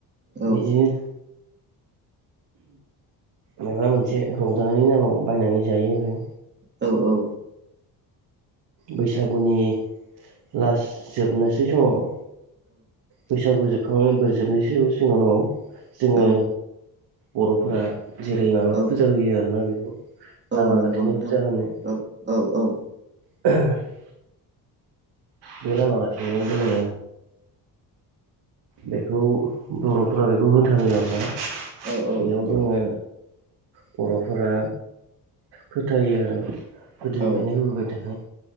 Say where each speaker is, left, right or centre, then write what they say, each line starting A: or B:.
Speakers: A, on the right; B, on the right.
A: औ
B: बिदिनो माबा मोनसे रंजानायनि नामाव बायनानै जायो आरो
A: औ औ
B: बैसागुनि लास् जोबनोसै समाव बैसागु जोबखांनानै बोर जोबनोसै उनाव जोङो
A: औ
B: बर'फोरा जेरै माबा
A: औ
B: फुजा होयो आरोना बेखौ
A: औ
B: लामा
A: नंगौ
B: गाथेननाय
A: नोंथां
B: फुजा होनो
A: औ औ औ
B: <unintelligible> बे लामा गथेनायाव जोङो बेखौ बर'फोरा बेखौ होथारो आरो ना बेयाव
A: औ औ नंगौ
B: जोङो बर'फोरा फोथायो आरो गोदोनिफ्रायनो
A: औ
B: होबोबाय थानाय